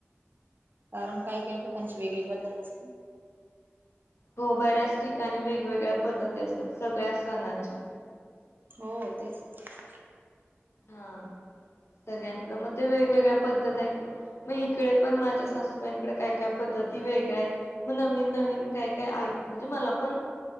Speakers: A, on the right; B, on the left.
A: कारण काही काही ठिकाणची वेगळी पद्धत असते
B: हो बऱ्याच ठिकाणी वेगवेगळ्या पद्धती असतात सगळ्या सणाच्या
A: हो तेच
B: हा सगळ्यांकडं मग ते वेगवेगळ्या पद्धत ऐकून मग इकडे पण माझ्या सासूबाईंकडे काय काय पद्धत ती वेगळ्या आहेत मग नवीन नवीन काय काय म्हणजे मला पण